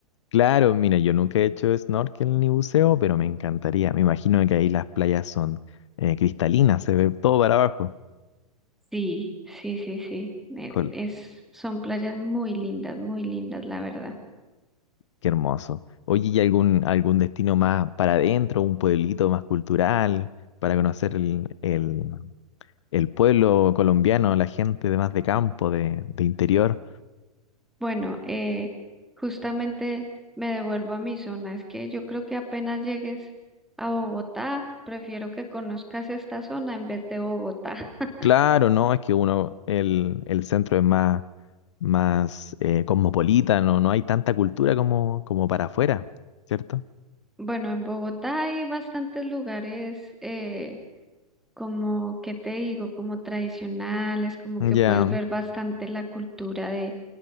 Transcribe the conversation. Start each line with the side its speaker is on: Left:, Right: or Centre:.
Left: Claro, mira, yo nunca he hecho snorkel ni buceo, pero me encantaría. Me imagino que ahí las playas son eh, cristalinas, se ve todo para abajo.
Centre: Sí, sí, sí, sí, eh,
Left: Jol,
Centre: es, son playas muy lindas, muy lindas, la verdad.
Left: qué hermoso. Oye, ¿y algún, algún destino más para adentro, un pueblito más cultural, para conocer el, el, el pueblo colombiano, la gente de más de campo, de, de interior?
Centre: Bueno, eh, justamente me devuelvo a mi zona, es que yo creo que apenas llegues a Bogotá, prefiero que conozcas esta zona en vez de Bogotá. <laughs>
Left: Claro, no, es que uno, el, el centro es más, más eh, cosmopolita, no, no hay tanta cultura como, como para afuera, ¿cierto?
Centre: Bueno, en Bogotá hay bastantes lugares, eh, como, ¿qué te digo? Como tradicionales, como
Left: Ya,
Centre: que puedes ver bastante la cultura de,